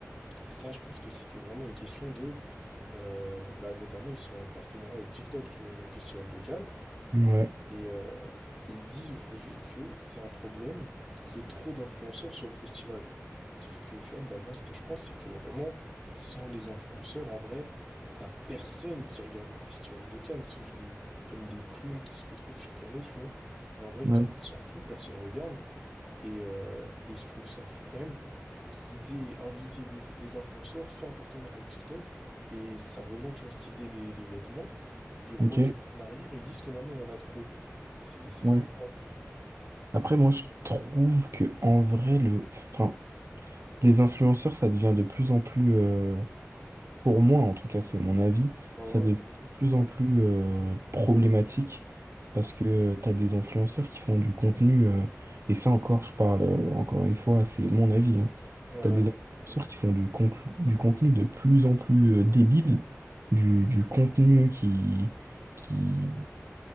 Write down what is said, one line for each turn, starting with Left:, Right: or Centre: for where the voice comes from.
Centre: Et ça, je pense que c'était vraiment une question de, euh, bah, notamment, ils sont en partenariat avec TikTok, tu vois, le Festival de Cannes.
Right: Ouais,
Centre: Et, euh, et ils disent aujourd'hui que c'est un problème qu'il y ait trop d'influenceurs sur le festival. Sauf que, tu vois, bah moi, ce que je pense, c'est que vraiment, sans les influenceurs, en vrai, t'as personne qui regarde le festival de Cannes. C'est juste des, comme des clowns qui se retrouvent chaque année, tu vois. Mais en vrai,
Right: Ouais,
Centre: tout le monde s'en fout, personne regarde. Et, euh, et je trouve ça fou quand même qu'ils aient invité des, des influenceurs, fait un partenariat avec TikTok, et ça rejoint, tu vois, cette idée des, des vêtements. Ils reviennent
Right: ok,
Centre: en arrière et ils disent que maintenant, il y en a trop. C'est, c'est
Right: ouais.
Centre: fort quand même.
Right: Après, moi, je trouve que en vrai, le, enfin, Les influenceurs, ça devient de plus en plus, euh, pour moi en tout cas, c'est mon avis,
Centre: Ouais,
Right: ça
Centre: ouais,
Right: devient
Centre: bien sûr.
Right: de plus en plus euh, problématique parce que tu as des influenceurs qui font du contenu, euh, et ça encore, je parle euh, encore une fois, c'est mon avis, hein.
Centre: Ouais, ouais.
Right: Tu as des influenceurs qui font du, conclu- du contenu de plus en plus euh, débile, du, du contenu qui, qui,